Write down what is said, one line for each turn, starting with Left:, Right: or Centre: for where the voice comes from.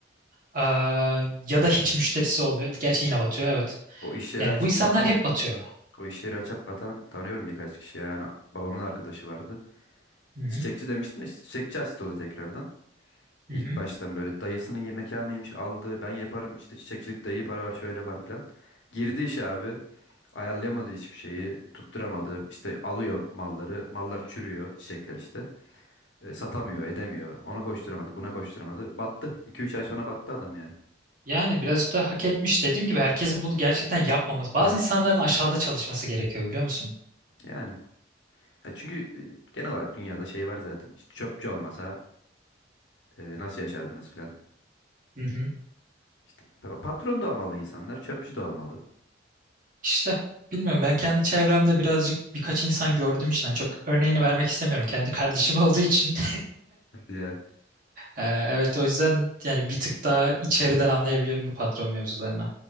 Right: aa, ya da hiç müşterisi olmuyor. Gerçi yine batıyor evet.
Left: O iş yeri
Right: Yani
Left: açıp
Right: bu insanlar
Left: batan,
Right: hep batıyor.
Left: o iş yeri açıp batan tanıyorum birkaç kişi. Yani babamın arkadaşı vardı.
Right: Hı hı,
Left: Çiçekçi demiştim de işte çiçekçi açtı o da tekrardan.
Right: hı
Left: İlk
Right: hı.
Left: baştan böyle dayısının ye- mekanıymış aldı. Ben yaparım işte çiçekçilik iyi para var şöyle var filan. Girdi işe abi. Ayarlayamadı hiçbir şeyi. Tutturamadı. İşte alıyor malları. Mallar çürüyor çiçekler işte. E, satamıyor edemiyor. Ona koşturamadı buna koşturamadı. Battı. 2 üç ay sonra battı adam yani.
Right: Yani birazcık da hak etmiş. Dediğim gibi herkesin bunu gerçekten yapmaması. Bazı
Left: Evet.
Right: insanların aşağıda çalışması gerekiyor biliyor musun?
Left: Yani. Ya çünkü e, genel olarak dünyada şey var zaten. İşte çöpçü olmasa e, nasıl yaşardınız filan.
Right: Hı hı.
Left: İşte pa- patron da olmalı insanlar. Çöpçü de olmalı.
Right: İşte bilmiyorum ben kendi çevremde birazcık birkaç insan gördüğüm için hani çok örneğini vermek istemiyorum. Kendi kardeşim <laughs> olduğu için.
Left: Evet. Ya.
Right: Ee, evet o yüzden yani bir tık daha içeriden anlayabiliyorum bu patron mevzularını.